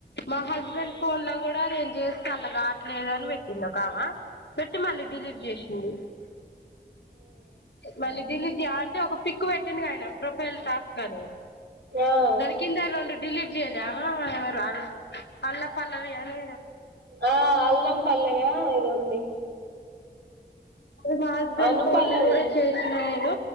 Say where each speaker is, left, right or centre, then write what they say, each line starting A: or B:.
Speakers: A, on the left (about 85°); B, on the right (about 80°).
A: మా హస్బెండ్ ఫన్ లో కూడా రేంజ చేస్త అల్ల కావట్లేదు పెట్టింద కామా పె మళ్ళ లీ చేసింది మళ లీ అ ఒక పిక్ పెట్టిందిడి కాయన ప్రొఫైల్ టాస్ కానే
B: ఆ
A: గరికిిందం డలీట్ చేయలే అమ్ ఎవరు అ అల్ల పల్లవి అనే
B: ఆ అల్లం పల్లవా ఇదోంది
A: మా హస్బెండ్
B: అనుపల్లవి
A: ఫోన్ లో కూడా చేసినా నేను